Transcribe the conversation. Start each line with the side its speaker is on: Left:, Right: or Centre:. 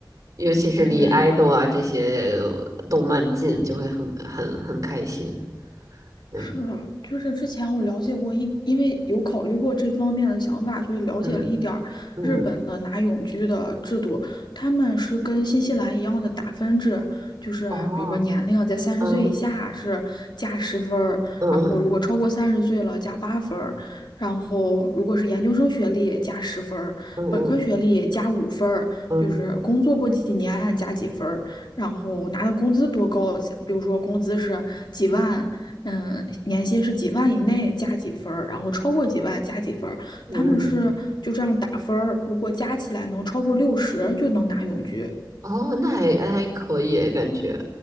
Right: 尤其是离爱豆啊这些
Left: 对，
Right: 动漫近，就会很很很开心。嗯
Left: 是的，就是之前我了解过一，因为有考虑过这方面的想法，所以了解了一点儿日本的拿永居的制度。
Right: 嗯嗯
Left: 他们是跟新西兰一样的打分制，就是比如说年龄在三十岁以下是加十分儿，
Right: 嗯嗯，哦，嗯
Left: 然后如果超过三十岁了加八分儿，然后如果是研究生学历加十分儿，
Right: 嗯嗯嗯
Left: 本科学历加五分儿，
Right: 嗯嗯嗯嗯
Left: 就是工作过几年加几分儿。然后拿的工资多高，比如说工资是几万，嗯，年薪是几万以内加几分儿，然后超过几万加几分儿，
Right: 嗯。
Left: 他们是就这样打分儿，如果加起来能超过六十就能拿永居。
Right: 哦，那还还可以感觉。